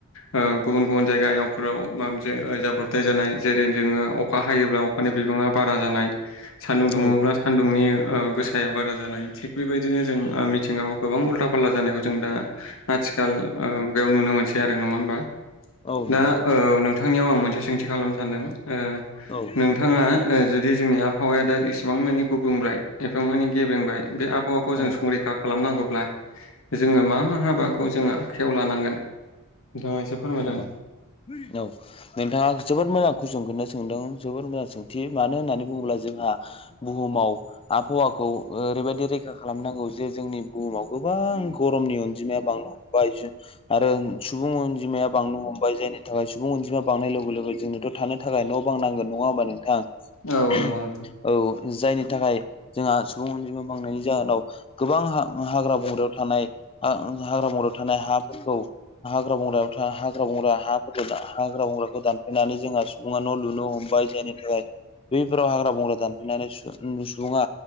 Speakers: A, on the left; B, on the left.
A: ओ गुबुन गुबुन जायगायाव फोराव माबा मोनसे ओ जाब्रबथाय जानाय। जेरै जोङो अखा हायोब्ला अखानि बिबाङा बारा जानाय सान्दुं दुङोब्ला
B: औ
A: सान्दुंनि ओ गोसाया बारा जानाय थिग बेबायदिनो जों ओ मिथिंगाखौ गोबां उल्था फाल्था जानायखौ जों दा आथिखाल ओ मुयाव नुनो मोनसै आरो। नङा होमबा?
B: औ
A: दा
B: नंगौ
A: औ नोंथांनियाव आं मोनसे सोंथि खालामनो सानदों। ओ
B: नोंथां औ
A: नोंथाङा जुदि जोंनि आबहावाया दा एसेबां मानि गुबुंब्लाय <unintelligible> माने गेब्रेंबाय बे आबहावाखौ जों
B: औ
A: संरैखा खालामनांगौब्ला जोङो मा मा हाबाखौ जोङो आखायाव लानांगोन नोंथाङा एसे फोरमायलां
B: अ औ नोंथाङा जोबोद मोजां कुइसन खोनो सोंदों। जोबोर ब्रा सोंथि मानो होननानै बुङोब्ला जोंहा बुहुमाव आबहावाखौ ओरैबायदि रैखा खालामनांगौ जे जोंनि बुहुमाव गोबां गरमनि अनजिमाया बांनो हमबाय जु आरो सुबुं अनजिमाया बांनो हमबाय जायनि थाखाय सुबुं अनजिमाया बांनाय लगे लगे जोंनोथ' थानो थाखाय न बां नांगोन। नङा होमबा नोंथां?
A: औ
B: औ
A: नोंगौ नोंथां।
B: जायनि थाखाय जोंहा सुबुं अनजिमा बांनायनि जाहोनाव गोबां हा हाग्रा बंग्रायाव थानाय हाग्रा बंग्रायाव थानाय हाफोरखौ हाग्रा बंग्रायाव हाग्रा बंग्रा हाफोरखौ हाग्रा बंग्राखौ दानफायनानै जोंहा सुबुङा न' लुनो हमबाय जायनि थाखाय बैफोराव हाग्रा बंग्रा दानफैनानै सुबुङा